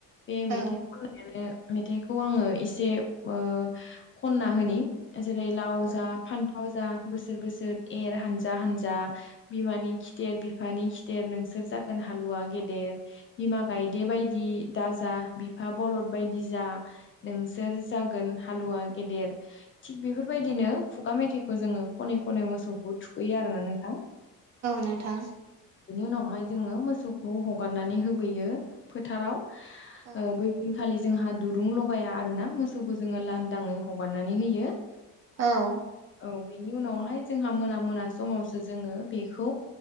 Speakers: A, on the left; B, on the right.
A: बे मेथाइ
B: औ
A: खननायानो मेथाइखौ आङो एसे ओ खनना होनि जेरै लाव
B: औ
A: जा फानफाव जा बोसोर बोसोर एर हानजा हानजा बिमानि खिथेर बिफानि खिथेर नोंसोर जागोन हालुवा गेदेर बिमा गायदे बायदि दाजा बिफा बलद बायदि जा नोंसोर जागोन हालुवा गेदेर थिग बेफोरबायदिनो खुगा मेथाइखौ जोङो खनै खनै मोसौखौ थुखैयो आरोना नोंथां।
B: नोंथां
A: बिनि उनावहाय जोङो मोसौखौ हगारनानै होबोयो फोथाराव ओ
B: औ
A: बै दिनखालि जोंहा दुरुं लगाया आरोना मोसौखौ जोङो लांदाङै हगारनानै होयो।
B: औ
A: औ बेनि उनावहाय जोंहा मोना मोना समावसो जोङो बेखौ